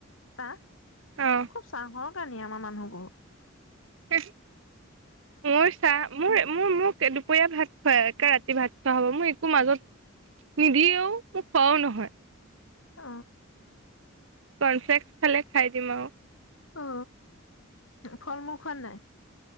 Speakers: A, on the left; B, on the right.
A: চাহ
B: অ
A: খুব চাহৰ কাৰণে আম আমাৰ মানুহ বহুত
B: হ মোৰ চাহ মোৰ মোৰ মোৰ এ দুপৰীয়া ভাত খুৱাই ৰাতি ভাত খোৱা হ'ব মই একো মাজত নিদিয়েও মোক খোৱাও নহয়
A: অ
B: কনফলেক্স খালে খাই দিম আৰু
A: অ ফল মূল খোৱা নাই?